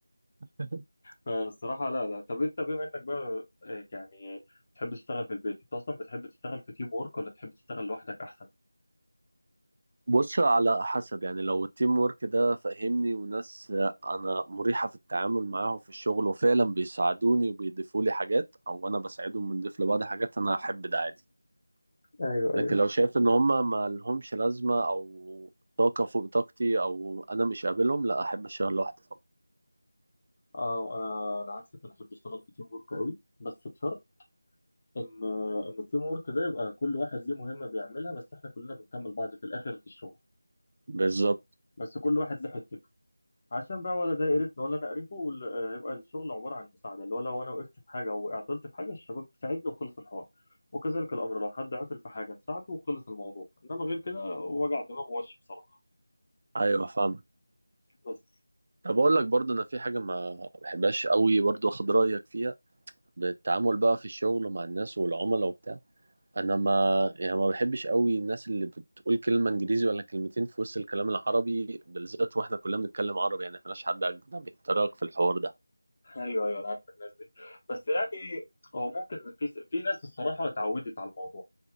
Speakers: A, on the right; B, on the left.
A: <laughs>
B: فالصراحه لا لا طب انت بما انك بقى آه، يعني بتحب تشتغل في البيت انت اصلا بتحب تشتغل في تيم وورك ولا تحب تشتغل لوحدك احسن
A: بص على حسب يعني لو التيم ورك ده فاهمني وناس انا مريحه في التعامل معاهم في الشغل وفعلا بيساعدوني وبيضيفوا لي حاجات او انا بساعدهم بنضيف لبعض حاجات انا هحب ده عادي
B: ايوه ايوه
A: لكن لو شايف ان هم ما لهمش لازمه او طاقه فوق طاقتي او انا مش قابلهم لا احب اشتغل لوحدي طبعا
B: اه انا انا عكسك انا احب اشتغل في تيم وورك قوي بس بشرط ان ان التيم وورك ده يبقى كل واحد ليه مهمه بيعملها بس احنا كلنا بنكمل بعض في الاخر في الشغل
A: بالظبط
B: بس كل واحد له حته عشان بقى ولا ده يقرفنا ولا انا اقرفه وال- هيبقى الشغل عباره عن مساعده اللي هو لو انا وقفت في حاجه وعطلت في حاجه الشباب تساعدني وخلص الحوار وكذلك الامر لو حد عطل في حاجه نساعده وخلص الموضوع انما غير كده وجع دماغ وش بصراحه
A: ايوه فاهمك
B: بس
A: طب اقول لك برضه انا في حاجه ما بحبهاش قوي برضه اخد رايك فيها بالتعامل بقى في الشغل مع الناس والعملاء وبتاع انا ما يعني ما بحبش قوي الناس اللي بتقول كلمه انجليزي ولا كلمتين في وسط الكلام العربي بالذات واحنا كلنا بنتكلم عربي يعني مفيناش حد اجنبي يتطرق في الحوار ده
B: ايوه ايوه انا عارف الناس دي بس يعني هو ممكن في في ناس الصراحه اتعودت على الموضوع